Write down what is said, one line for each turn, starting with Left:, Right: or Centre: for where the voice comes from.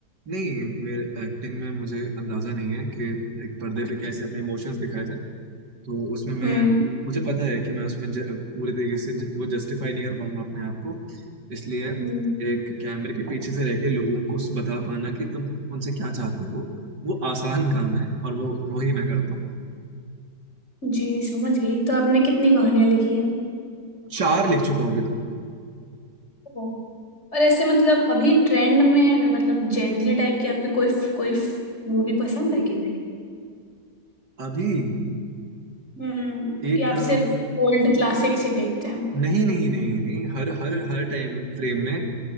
Right: नहीं मेरे एक्टिंग में मुझे अंदाजा नहीं है कि एक पर्दे पे कैसे अपने इमोशंस दिखाया जाए तो उसमें मैं
Left: हम्म
Right: मुझे पता है कि मैं उसमें ज, पूरे तरीके से ज, वो जस्टिफाई नहीं कर पाऊंगा अपने आप को इसलिए
Left: हम्म।
Right: एक कैमरे के पीछे से रह के लोगों को बता पाना कि तुम उनसे क्या चाहते हो वो आसान काम है और वो वही मैं करता हूँ
Left: जी समझ गई तो आपने कितनी कहानियां लिखी हैं
Right: चार लिख चुका हूँ अभी तक
Left: ओ। और ऐसे मतलब अभी ट्रेंड में मतलब जेनजी टाइप की आपकी कोई कोई मूवी पसंद है कि नहीं
Right: अभी
Left: हम्म
Right: एक
Left: कि आप
Right: अ,
Left: सिर्फ ओल्ड क्लासिक्स ही देखते हैं
Right: नहीं नहीं नहीं नहीं हर हर हर टाइम फ्रेम में